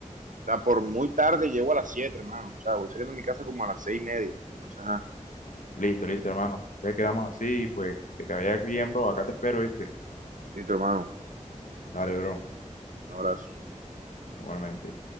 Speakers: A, on the right; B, on the left.
A: sea, por muy tarde llego a las siete hermano. O sea, voy saliendo de mi casa como a las 6 y media. Entonces, ajá.
B: Listo, listo, hermano. Entonces quedamos así, pues que te vaya bien, bro. Acá te espero, ¿viste?
A: Listo, hermano.
B: Dale, bro.
A: Un abrazo.
B: Igualmente.